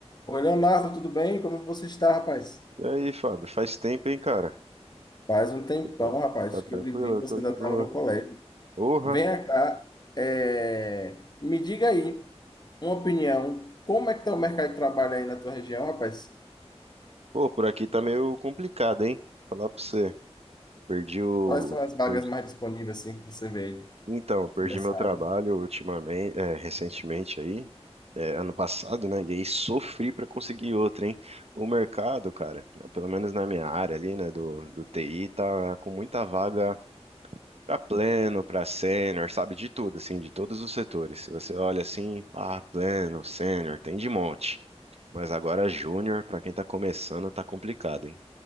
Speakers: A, on the left; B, on the right.
A: Oi, Leonardo, tudo bem? Como você está, rapaz?
B: E aí, Fábio, faz tempo, hein, cara?
A: Faz um tempão,
B: Tá,
A: rapaz,
B: tá
A: que
B: tranquilo?
A: eu lhe vi,
B: Eu
A: você
B: tô
A: ainda
B: de
A: estava
B: boa.
A: no colégio.
B: Porra!
A: Venha cá, é, me diga aí uma opinião. Como é que está o mercado de trabalho aí na tua região, rapaz?
B: Pô, por aqui tá meio complicado, hein? Falar pra você. Perdi o.
A: Quais são as vagas
B: perdi-
A: mais disponíveis assim que você vê aí
B: Então, perdi
A: nessa
B: meu trabalho
A: área?
B: ultimamente, é, recentemente aí, é, ano passado, né? E aí sofri pra conseguir outro, hein? O mercado, cara, né, pelo menos na minha área ali, né, do, do TI, tá com muita vaga Para pleno, para sênior, sabe de tudo, assim, de todos os setores. Se você olha assim, ah, pleno, sênior, tem de monte. Mas agora júnior, para quem tá começando, tá complicado, hein?